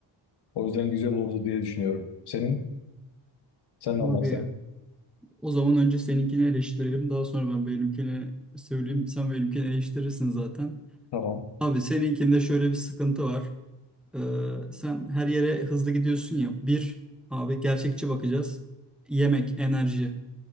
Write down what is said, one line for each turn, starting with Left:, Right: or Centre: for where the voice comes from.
Left: O yüzden güzel olurdu diye düşünüyorum. Senin? Sen ne
Centre: Abi
Left: olmak sen?
Centre: o zaman önce seninkini eleştirelim. Daha sonra ben benimkini söyleyeyim. Sen benimkini eleştirirsin zaten.
Left: Tamam.
Centre: Abi seninkinde şöyle bir sıkıntı var. Ee, sen her yere hızlı gidiyorsun ya. Bir, abi gerçekçi bakacağız. Yemek, enerji.